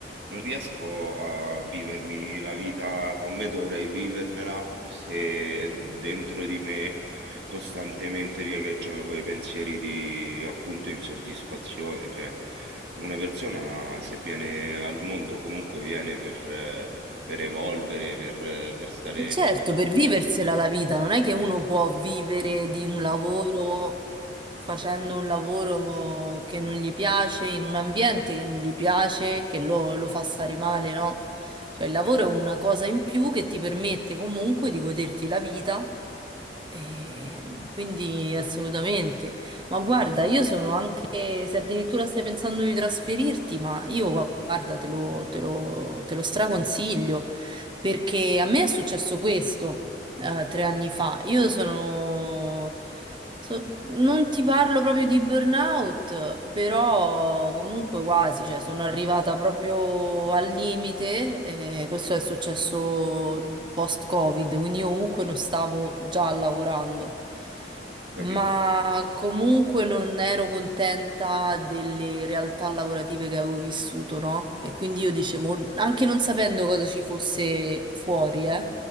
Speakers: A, on the right (about 65°); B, on the right (about 30°).
A: non riesco a vivermi la vita come dovrei vivermela se dentro di me costantemente riecheggiano quei pensieri di appunto insoddisfazione, cioè una persona se viene al mondo comunque viene per, eh, per evolvere, per, eh, per stare...
B: E Certo, per viversela la vita, non è che uno può vivere di un lavoro facendo un lavoro che non gli piace, in un ambiente che non gli piace, che lo, lo fa stare male, no? Cioè il lavoro è una cosa in più che ti permette comunque di goderti la vita eh, quindi assolutamente. Ma guarda, io sono anche, se addirittura stai pensando di trasferirti, ma io gu- guarda, te lo, te lo, te lo straconsiglio, perché a me è successo questo eh, tre anni fa. Io sono So- non ti parlo proprio di burnout, però comunque quasi, cioè sono arrivata proprio al limite e questo è successo post-Covid, quindi io comunque non stavo già lavorando,
A: Ho capito.
B: ma comunque non ero contenta delle realtà lavorative che avevo vissuto, no? E quindi io dicevo, anche non sapendo cosa ci fosse fuori, eh,